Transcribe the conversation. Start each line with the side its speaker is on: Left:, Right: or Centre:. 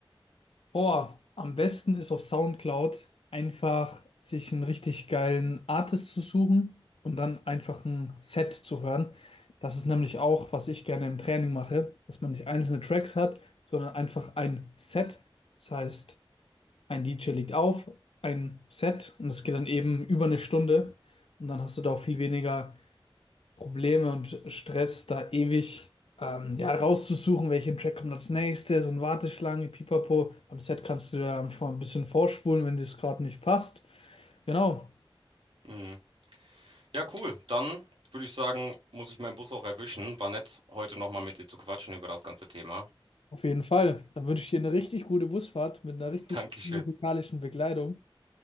Left: Boah, am besten ist auf SoundCloud einfach sich einen richtig geilen Artist zu suchen und dann einfach ein Set zu hören. Das ist nämlich auch, was ich gerne im Training mache, dass man nicht einzelne Tracks hat, sondern einfach ein Set. Das heißt, ein DJ legt auf, ein Set und es geht dann eben über eine Stunde und dann hast du da auch viel weniger Probleme und Stress, da ewig ähm, ja, rauszusuchen, welchen Track kommt als nächstes und Warteschlange, Pipapo. Beim Set kannst du ja einfach ein bisschen vorspulen, wenn dir es gerade nicht passt. Genau,
Right: Mhm. Ja, cool. Dann würde ich sagen, muss ich meinen Bus auch erwischen. War nett, heute noch mal mit dir zu quatschen über das ganze Thema.
Left: auf jeden Fall. Dann wünsche ich dir eine richtig gute Busfahrt mit einer
Right: <laughs>
Left: richtig
Right: Dankeschön.
Left: guten musikalischen Begleitung.